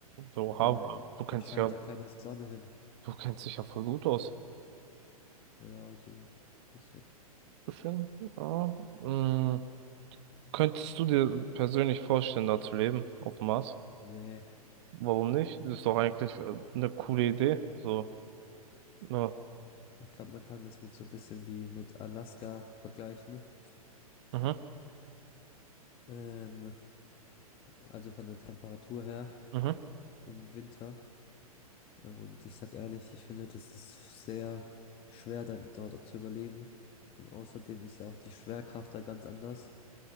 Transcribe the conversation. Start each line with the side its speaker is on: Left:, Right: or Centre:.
Right: so, oha,
Left: weil
Right: du kennst
Left: da scheint
Right: ja,
Left: ja keine Sonne hin.
Right: du kennst dich ja voll gut aus.
Left: Ja, so ein bisschen.
Right: Bisschen, ja. Mm, könntest du dir persönlich vorstellen, da zu leben, auf dem Mars?
Left: Nee,
Right: Warum nicht? Das ist doch eigentlich äh, eine coole Idee. So, ja.
Left: ich glaube, man kann es mit so ein bisschen wie mit Alaska vergleichen.
Right: Mhm,
Left: Ähm, also von der Temperatur her
Right: mhm.
Left: im Winter. Ja, Und ich sag ehrlich, ich finde, das ist sehr schwer, dann dort zu überleben. Und außerdem ist ja auch die Schwerkraft da ganz anders.